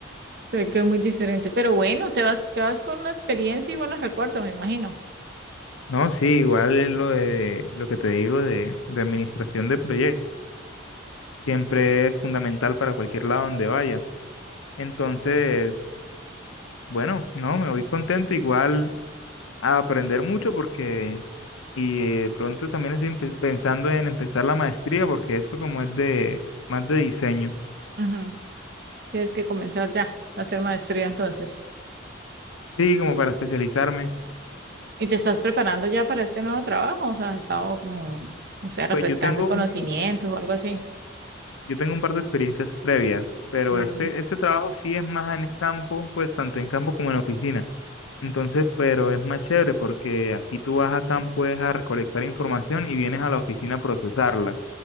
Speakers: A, on the right; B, on the left.
A: sé que es muy diferente. Pero bueno, te vas, te vas con una experiencia y buenos recuerdos, me imagino.
B: No, sí, igual es lo de lo que te digo de, de administración de proyectos. Siempre es fundamental para cualquier lado donde vaya. Entonces, bueno, no, me voy contento igual a aprender mucho porque Y eh, de pronto también estoy empe- pensando en empezar la maestría porque esto como es de más de diseño.
A: Ujú. Tienes que comenzar ya a hacer maestría entonces.
B: Sí, como para especializarme.
A: ¿Y te estás preparando ya para este nuevo trabajo? O sea, has estado como, no sé, refrescando
B: Pues yo tengo,
A: conocimientos
B: un-
A: o algo así.
B: yo tengo un par de experiencias previas, pero
A: Mm,
B: ese, ese trabajo sí es más en el campo, pues tanto en campo como en oficina. Entonces, pero es más chévere porque aquí tú vas a campo es a recolectar información y vienes a la oficina a procesarla.